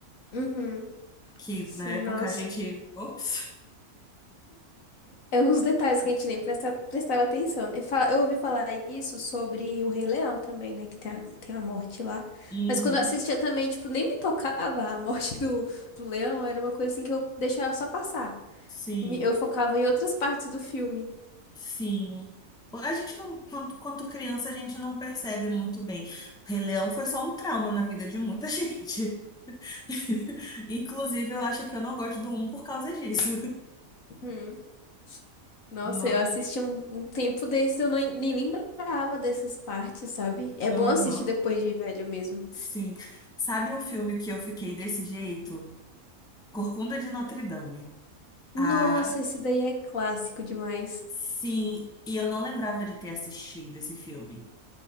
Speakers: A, on the left (about 70°); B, in the centre.
A: Uhum.
B: Que
A: Sim,
B: na época
A: nossa.
B: a gente. Ops!
A: É uns detalhes que a gente nem presta, prestava atenção, né? Fala- Eu ouvi falar isso sobre o Rei Leão também, né? Que tem a, tem a morte lá.
B: Uhum.
A: Mas quando eu assistia também, tipo, nem me tocava a morte do, do leão. Era uma coisa assim que eu deixava só passar.
B: Sim,
A: Me- Eu focava em outras partes do filme.
B: sim. A gente não, quanto, quanto criança, a gente não percebe muito bem. Rei Leão foi só um trauma na vida de muita gente. <laughs> Inclusive, eu acho que eu não gosto do um por causa disso.
A: <laughs> Nossa,
B: Ma-
A: eu assisti um, um tempo desses, eu não, nem lembrava dessas partes, sabe? É
B: Aham,
A: bom assistir depois de velho mesmo.
B: sim. Sabe um filme que eu fiquei desse jeito? Corcunda de Notre Dame. Ah,
A: Nossa, esse daí é clássico demais.
B: sim. E eu não lembrava de ter assistido esse filme.